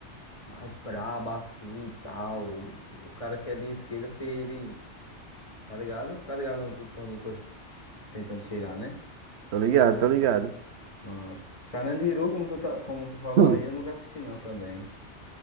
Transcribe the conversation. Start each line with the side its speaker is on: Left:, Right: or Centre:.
Left: mais brabo assim e tal. E o cara que é de esquerda, fe- ele. Tá ligado? Tá ligado onde eu tô onde eu tô tentando chegar, né?
Right: Tô ligado, tô ligado.
Left: Pronto. Carandiru, como tu, tá, como tu falou
Right: Hum.
Left: aí, eu nunca assisti não também.